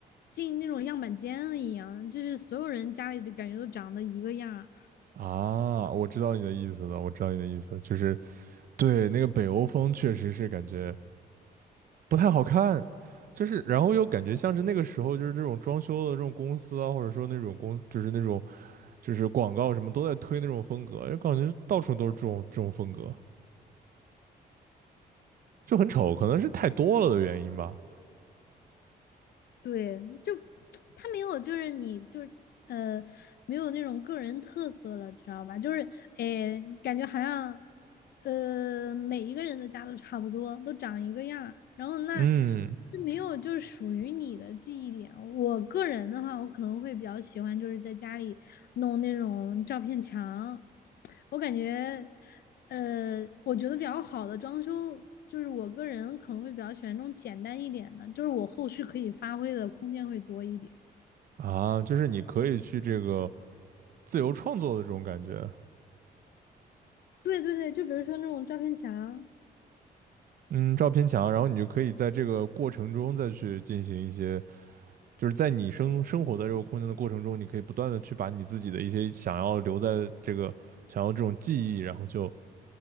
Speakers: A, on the left (about 75°); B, on the right (about 60°).
A: 进那种样板间了一样，就是所有人家里就感觉都长得一个样儿
B: 啊，我知道你的意思了，我知道你的意思，就是对那个北欧风确实是感觉不太好看。就是，然后又感觉像是那个时候，就是这种装修的这种公司啊，或者说那种公，就是那种就是广告什么都在推那种风格，就感觉到处都是这种这种风格，就很丑，可能是太多了的原因吧。
A: 对，就 <tsk> 他没有，就是你就是呃，没有那种个人特色了，知道吧？就是诶，感觉好像呃，每一个人的家都差不多，都长一个样儿，然后那
B: 嗯，
A: 就没有就是属于你的记忆点。我个人的话，我可能会比较喜欢就是在家里。弄那种照片墙。我感觉，呃，我觉得比较好的装修，就是我个人可能会比较喜欢那种简单一点的，就是我后续可以发挥的空间会多一点。
B: 啊，就是你可以去这个自由创作的这种感觉，
A: 对对对，就比如说那种照片墙，
B: 嗯，照片墙，然后你就可以在这个过程中再去进行一些，就是在你生生活在这个空间的过程中，你可以不断的去把你自己的一些想要留在这个想要这种记忆，然后就